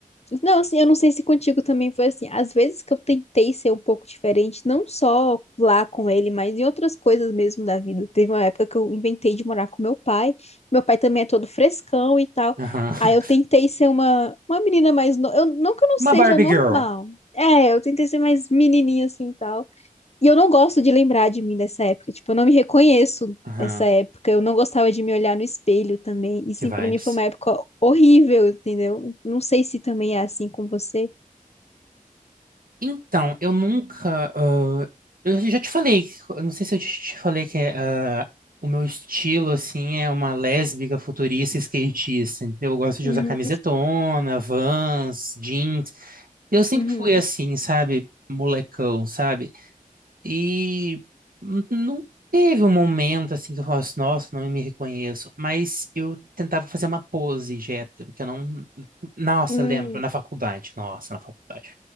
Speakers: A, on the left; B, on the right.
A: Não, assim, eu não sei se contigo também foi assim. Às vezes que eu tentei ser um pouco diferente, não só lá com ele, mas em outras coisas mesmo da vida. Teve uma época que eu inventei de morar com meu pai. Meu pai também é todo frescão e tal.
B: Aham.
A: Aí eu
B: <laughs>
A: tentei ser uma, uma menina mais. No... Eu, não que eu não
B: Uma
A: seja
B: Barbie
A: normal.
B: Girl.
A: É, eu tentei ser mais menininha assim e tal. E eu não gosto de lembrar de mim dessa época. Tipo, eu não me reconheço
B: Aham.
A: nessa época. Eu não gostava de me olhar no espelho também. E
B: Que
A: sim,
B: vibes.
A: pra mim foi uma época horrível, entendeu? Não sei se também é assim com você.
B: Então, eu nunca. ah, eu já te falei, eu não sei se eu te te falei que é, ah, o meu estilo, assim, é uma lésbica futurista skatista. entendeu? Eu gosto de
A: Uhum,
B: usar camisetona, Vans, jeans. Eu sempre
A: uhum,
B: fui assim, sabe? Molecão, sabe? E n- não teve um momento assim que eu falasse, nossa, não me reconheço. Mas eu tentava fazer uma pose de hétero, que eu não. Nossa,
A: uhum,
B: lembro, na faculdade. Nossa, na faculdade.